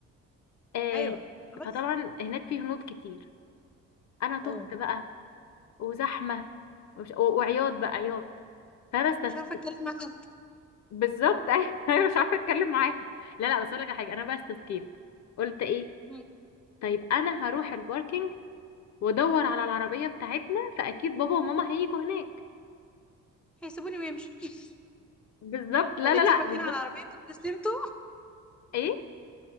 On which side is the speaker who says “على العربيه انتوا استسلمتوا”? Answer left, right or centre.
Centre